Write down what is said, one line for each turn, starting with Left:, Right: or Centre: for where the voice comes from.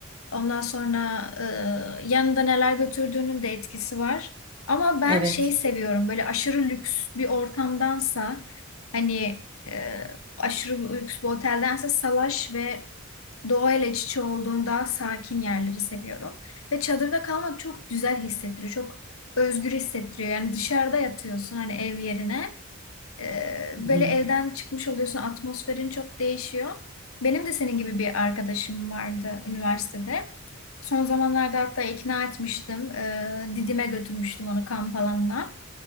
Left: Ondan sonra e, yanında neler götürdüğünün de etkisi var. Ama ben
Right: Evet.
Left: şeyi seviyorum böyle aşırı lüks bir ortamdansa hani e, aşırı bir lüks bir oteldense salaş ve doğayla iç içe olduğun daha sakin yerleri seviyorum. Ve çadırda kalmak çok güzel hissettiriyor, çok özgür hissettiriyor. Yani dışarıda yatıyorsun hani ev yerine. Ee, böyle
Right: Hı hı.
Left: evden çıkmış oluyorsun, atmosferin çok değişiyor. Benim de senin gibi bir arkadaşım vardı üniversitede. Son zamanlarda hatta ikna etmiştim. Ee, Didim'e götürmüştüm onu kamp alanına.